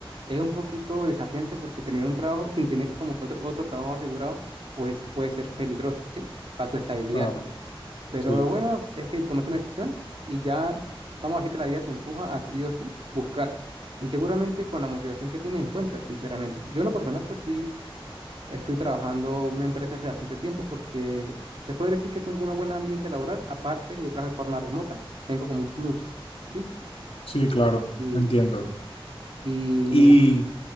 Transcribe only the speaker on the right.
es un poquito desafiante porque tener un trabajo sin tener como que otro, otro trabajo asegurado, pues puede ser peligroso, ¿sí? Para su estabilidad.
Pero
lo bueno es que tomaste una decisión y ya, vamos a decir que la vida te empuja a sí o sí buscar. Y seguramente con la motivación que tienes encuentras, sinceramente. Yo en lo personal, pues sí. Estoy trabajando en una empresa hace bastante tiempo porque se podría decir que tengo un buen ambiente laboral, aparte que yo trabajo de forma remota. Tengo como un plus, ¿sí?
Y,
y
me gusta.